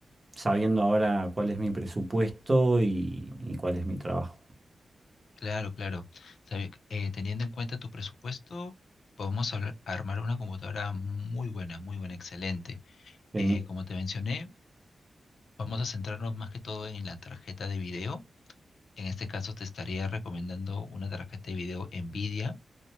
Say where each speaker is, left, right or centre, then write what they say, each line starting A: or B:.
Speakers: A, on the right; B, on the left.
A: sabiendo ahora cuál es mi presupuesto y, y cuál es mi trabajo.
B: Claro, claro. Sabe- eh, teniendo en cuenta tu presupuesto, podemos hablar- armar una computadora muy buena, muy buena, excelente.
A: Genial.
B: Eh, como te mencioné, vamos a centrarnos más que todo en la tarjeta de video. En este caso, te estaría recomendando una tarjeta de video Nvidia